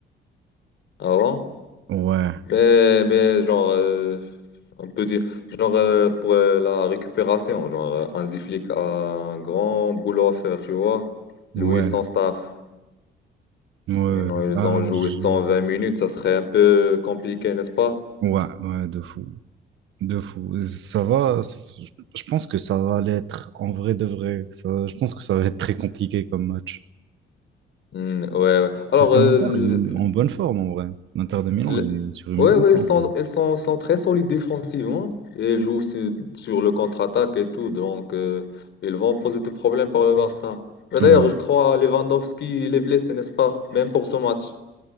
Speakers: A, on the left; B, on the right.
A: avant.
B: Ouais.
A: Mais, mais genre, euh, on peut dire, genre, euh, pour euh, la récupération, genre, euh, Hansi Flick a un grand boulot à faire, tu vois. Lui
B: Ouais.
A: et son staff.
B: Ouais.
A: Non,
B: Bah,
A: ils ont joué
B: je-
A: cent vingt minutes, ça serait un peu compliqué, n'est-ce pas?
B: Ouais, ouais, de fou. De fou. Ça va. ça- Je pense que ça va l'être. En vrai, de vrai. Ça... Je pense que ça va être très compliqué comme match.
A: Hmm, ouais, ouais. Alors,
B: Parce que
A: euh,
B: l'Inter est en bonne forme en vrai. L'Inter de Milan
A: le-
B: est sur une
A: ouais,
B: bonne
A: ouais,
B: forme.
A: ils sont, ils sont, sont très solides défensivement. et Ils jouent sur, sur le contre-attaque et tout, donc euh, ils vont poser des problèmes pour le Barça. Mais d'ailleurs,
B: hein. Ouais.
A: je crois Lewandowski, il est blessé, n'est-ce pas? Même pour ce match.